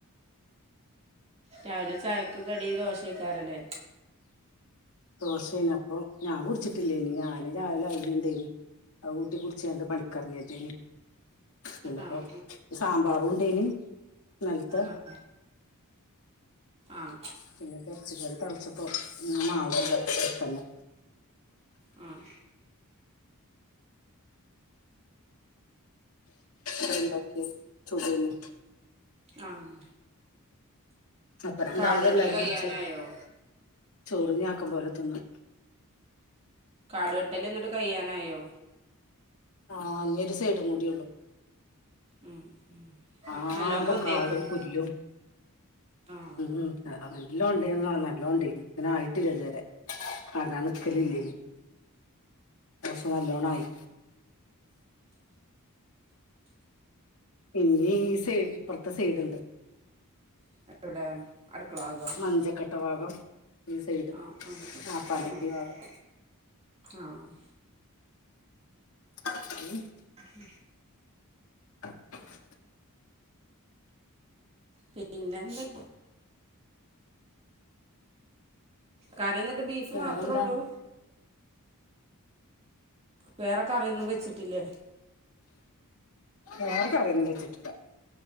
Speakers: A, on the right; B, on the left.
A: രാവിലെ ചായക്ക് കടി ദോശക്കാറല്ലേ
B: ദോശേന അപ്പൊ ഞാൻ കുടിച്ചിട്ടില്ലേനി ഞാന് രാവിലെ അവലിണ്ടേനി അവ കൂട്ടി കുടിച്ച് പണിക്കറങ്ങത്തേന് പിന്നപ്പോ
A: ആഹ്
B: സാമ്പാറുംണ്ടേനി നിലത്ത്
A: ആഹ് ആഹ്
B: പിന്നെ തെറച്ചിക്കറി തിളച്ചപ്പോ പിന്നെ മാവ് അടുത്തന്നെ
A: ഉം
B: പണ്ടാക്കി ചുടേനി
A: ആഹ്
B: അപ്പൊ രണ്ടാമത്
A: കാട് വെട്ടല്
B: എല്ലാരും
A: കയ്യാനായോ
B: കുടിച്ച് ചൊറിഞ്ഞ് ആക്കം പോലെ തിന്ന്
A: കാടുവെട്ടല് എന്നിട്ട് കഴ്യാനായോ
B: ആഹ് ഇനി ഒരു സൈഡും കൂടിയൊള്ളു
A: ഉം ഉം
B: ആകെ
A: നല്ലോം പൊന്തിയേക്കുവല്ലോ
B: കാടും പുല്ലും
A: ആഹ്
B: ഉം നല്ലോണം ഇണ്ട് നല്ലോണം ഇണ്ട് ഇങ്ങനെ ആയിട്ടില്ല ഇത് വെരെ ആ കാണാൻ നിൽക്കലില്ലയ്‌നൂ
A: ഉം
B: പക്ഷെ നല്ലോണം ആയി ഇനി ഈ സൈഡ് ഇപ്പൊറത്തേ സൈഡുണ്ട്
A: <inaudible> ഭാഗോ
B: മഞ്ചക്കട്ട ഭാഗം ഈ സൈഡ്
A: ആഹ് ആഹ്
B: വാപ്പാന്റെ ക്കെ
A: ആഹ്
B: ഭാഗം
A: ആഹ്
B: <unintelligible>
A: ഉം
B: അ <unintelligible>
A: പിന്നെന്തൊ കറിയ <unintelligible> ബീഫ്
B: വേറെന്താ
A: മാത്രം ഒള്ളൂ വേറെ ക്കറിയൊന്നും വെച്ചിട്ട് ട്ടില്ലേ
B: വേറെക്കറിയൊന്നും വെച്ചിട്ടില്ല